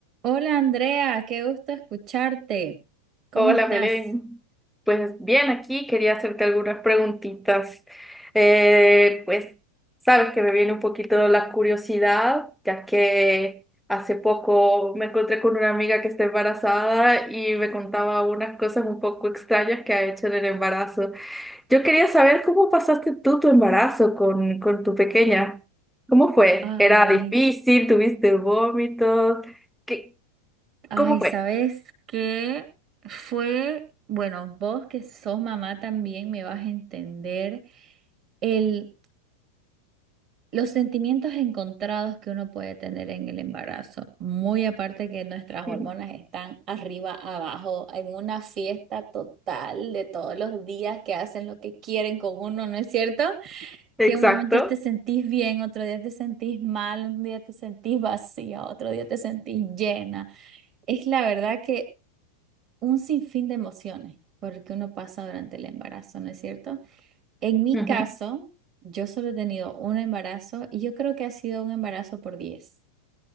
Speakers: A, on the right; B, in the centre.
A: Hola Andrea, qué gusto escucharte. ¿Cómo
B: Hola,
A: estás?
B: Belén. Pues bien, aquí quería hacerte algunas preguntitas. Eh, pues sabes que me viene un poquito la curiosidad, ya que hace poco me encontré con una amiga que está embarazada y me contaba unas cosas un poco extrañas que ha hecho en el embarazo. Yo quería saber cómo pasaste tú tu embarazo con, con tu pequeña. ¿Cómo fue?
A: Ay,
B: ¿Era difícil? ¿Tuviste vómitos? ¿Qué?
A: ay,
B: ¿Cómo fue?
A: ¿sabes qué? Fue, bueno, vos que sos mamá también me vas a entender el, los sentimientos encontrados que uno puede tener en el embarazo. Muy aparte que nuestras hormonas
B: <laughs>
A: están arriba, abajo, en una fiesta total de todos los días que hacen lo que quieren con uno, ¿no es cierto?
B: Exacto.
A: que un momento te sentís bien, otro día te sentís mal, un día te sentís vacía, otro día te sentís llena. Es la verdad que un sinfín de emociones, porque uno pasa durante el embarazo, ¿no es cierto? En mi
B: Ujú.
A: caso, yo solo he tenido un embarazo y yo creo que ha sido un embarazo por diez